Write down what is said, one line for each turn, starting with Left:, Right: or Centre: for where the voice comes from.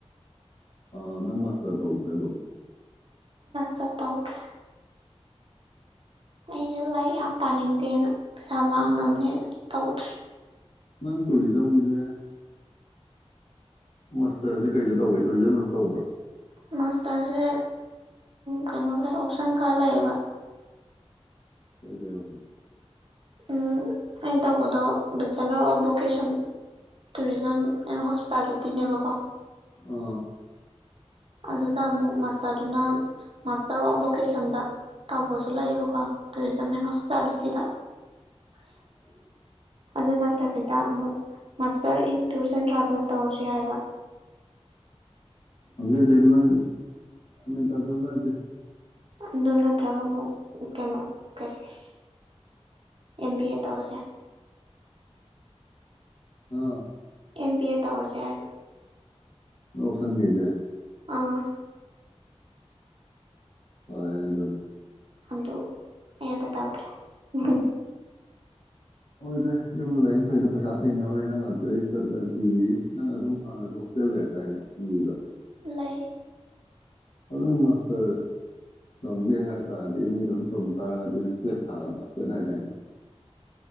Left: ꯑꯥ ꯅꯪ ꯃꯥꯁꯇꯔ ꯇꯧꯗ꯭ꯔꯦ ꯑꯗꯨꯝ
Right: ꯁ ꯇꯥꯎꯠ꯭ꯔꯦ ꯑꯩꯁꯦ ꯂꯥꯏꯔꯤꯛ ꯌꯥꯝ ꯄꯥꯅꯤꯡꯗꯦꯅ ꯄꯩꯁꯥ ꯃꯥꯡꯅꯕꯅꯦꯅ ꯇꯧꯗ꯭ꯔꯦ
Left: ꯅꯪ ꯇꯧꯔꯤ ꯆꯧꯒꯤꯁꯦ ꯃꯁꯇꯔꯗꯤ ꯀꯩꯗ ꯇꯧꯒꯦ ꯇꯨꯔꯤꯗꯟ ꯑꯗꯨꯝ ꯇꯧꯕ꯭ꯔꯥ
Right: ꯃꯥꯁꯇꯔꯁꯦ ꯀꯩꯅꯣ ꯂꯩ ꯑꯣꯞꯁꯟ ꯈꯔ ꯂꯩꯌꯦꯕ
Left: ꯀꯥꯏ ꯀ ꯋꯥꯁ
Right: ꯎꯝ ꯑꯩ ꯇꯧꯕꯗꯣ ꯕꯂꯕꯀꯦꯁꯟ ꯇꯔꯤꯁ ꯝ ꯑꯦ ꯍꯣꯁꯇꯥꯇꯅꯦꯕꯀꯣ
Left: ꯑ
Right: ꯑꯗꯨꯅ ꯑꯃꯨꯛ ꯃꯥꯁꯇꯔꯗꯨꯅ ꯃꯥꯁꯇꯔ ꯑꯣꯐ ꯚꯣꯀꯦꯁꯟꯗ ꯇꯧꯕꯁꯨ ꯂꯩꯌꯦꯕꯀꯣ ꯇꯨꯔꯤꯖꯝ ꯑꯦꯟ ꯍꯣꯁ ꯆꯂꯦꯇꯗ ꯑꯗꯨ ꯅꯠꯇꯕꯤꯗ ꯑꯃꯨꯛ master in touch and travels ꯇꯧꯔꯁꯤ ꯍꯥꯏꯕ
Left: ꯍꯪꯒꯦ ꯇꯅ ꯇꯗꯒ
Right: ꯑꯗꯨ ꯅꯠꯇ꯭ꯔꯒ ꯑꯃꯨꯛ ꯀꯩꯅꯣ ꯀꯔꯤ ꯀꯔꯤ ꯑꯦꯝ ꯕꯤ ꯑꯦ ꯇꯧꯁꯦ
Left: ꯑꯝ
Right: ꯑꯦꯝ ꯕꯤ ꯑꯦ ꯇꯧꯔꯁꯦ
Left: ꯑꯣꯁꯟ ꯀꯩꯁꯦ
Right: ꯑꯥ
Left: ꯍꯅꯦ ꯑꯗꯨꯅ
Right: ꯑꯗꯨꯣ ꯌꯦ ꯇ ꯇꯥꯎꯗ꯭ꯔꯦ ꯎ
Left: ꯍꯣꯏꯗ ꯌꯨꯝꯗ ꯂꯥꯏꯌꯦꯡ ꯐꯩꯗ ꯄꯩꯁꯥ ꯊꯦꯡꯅꯕꯅꯤ ꯅꯪ ꯑꯗꯨꯗꯩ ꯆꯠꯂꯗꯤ ꯅꯪ ꯑꯗꯨꯝ ꯍꯥꯟꯅꯁꯨ ꯍꯣꯁꯇꯦꯜ ꯂꯩꯔꯛꯇꯔꯅꯦ ꯑꯦꯝ ꯌꯨꯗ
Right: ꯂꯩ
Left: ꯑꯗꯨ ꯅ ꯃꯥꯁꯇꯔ ꯇꯝꯒꯦ ꯍꯥꯏ ꯇꯥꯔꯗꯤ ꯑꯦꯝ ꯌꯨꯗ ꯑꯗꯨꯝ ꯇꯧ ꯇꯥꯔꯒꯗꯤ ꯅꯪ ꯀ꯭ꯋꯦꯠ ꯍꯥꯏꯒꯗ꯭ꯔꯥ ꯀ꯭ꯋꯦꯠ ꯍꯥꯏꯇꯥꯅꯦ